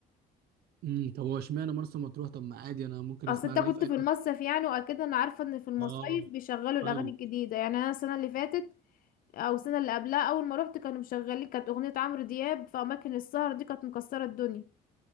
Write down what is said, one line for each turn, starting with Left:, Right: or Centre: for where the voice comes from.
Right: امم طب هو اشمعنى مرسى مطروح طب ما عادي انا ممكن
Left: اصل
Right: اسمع
Left: انت
Right: اغاني
Left: كنت
Right: في اي
Left: في
Right: حتة.
Left: المصيف يعني واكيد انا عارفه ان في المصايف
Right: اه
Left: بيشغلوا الاغاني
Right: ايوه
Left: الجديده يعني انا السنه اللي فاتت او السنه اللي قبلها اول ما روحت كانوا مشغلين كانت اغنيه عمرو دياب في اماكن السهر دي كانت مكسره الدنيا